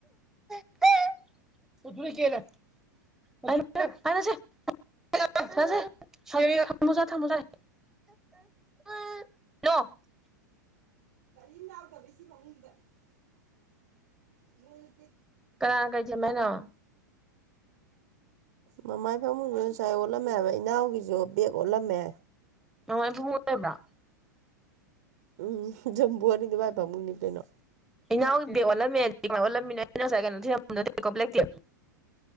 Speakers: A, in the centre; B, on the right (about 55°).
A: <unintelligible> <unintelligible> <unintelligible>
B: <inaudible> ꯃꯣꯏ <inaudible>
A: ꯀꯅꯥ ꯀꯩ ꯁꯦꯝꯃꯦ ꯍꯥꯏꯅꯣ
B: ꯃꯃꯥꯏ ꯐꯗꯨ ꯉꯁꯥꯏ ꯑꯣꯠꯂꯝꯃꯦ ꯍꯥꯏꯕ ꯏꯅꯥꯎꯒꯤꯁꯨ ꯕꯦꯒ ꯑꯣꯜꯂꯝꯃꯦ
A: ꯅꯨꯡꯉꯥꯏꯕ ꯑꯣꯏꯕ꯭ꯔꯥ
B: ꯎꯝꯖꯝꯕꯨ ꯑꯅꯤꯗꯨꯕꯥꯥꯏ ꯐꯃꯨꯅꯤꯇꯣꯏꯩꯅꯣ
A: ꯏꯅꯥꯎꯗꯤꯦꯛ ꯑꯣꯜꯂꯝꯃꯦ ꯍꯧꯖꯤ ꯑꯣꯜꯂꯝꯃꯤꯅꯩꯅ ꯉꯁꯥꯏ ꯀꯩꯅꯣ